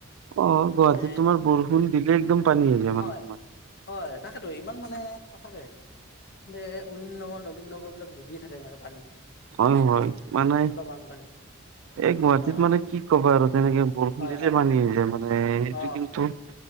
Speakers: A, on the right; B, on the left.
A: অ', গুৱাহাটীত
B: এ
A: তোমাৰ বৰষুণ দিলে একদম পানী হৈ যায়
B: হয়
A: মানে তোমাৰ।
B: হয়, তাকেতো ইমান মানে সঁচাকে। দে অনিল নগৰ নবীন নগৰবিলাক ডুবিয়ে থাকে এনেকে পানীত।
A: হয়
B: এনে
A: হয় মানে
B: এনেকুৱা বানপানী।
A: এই গুৱাহাটীত
B: অ
A: মানে কি ক'বা আৰু তেনেকে বৰষুণ
B: হয়
A: দিলে
B: হয়
A: মানে মানে সেইটো
B: অ
A: কিন্তু